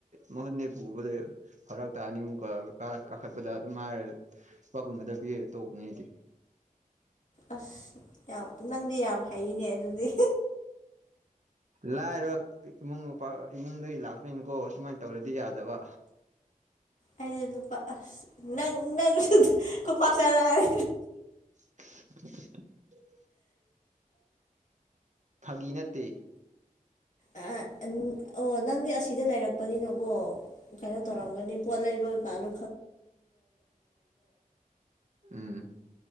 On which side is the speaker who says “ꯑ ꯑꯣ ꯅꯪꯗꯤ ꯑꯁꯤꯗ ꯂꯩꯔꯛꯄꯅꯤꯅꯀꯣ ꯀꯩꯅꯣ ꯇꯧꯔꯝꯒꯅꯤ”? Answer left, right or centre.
Left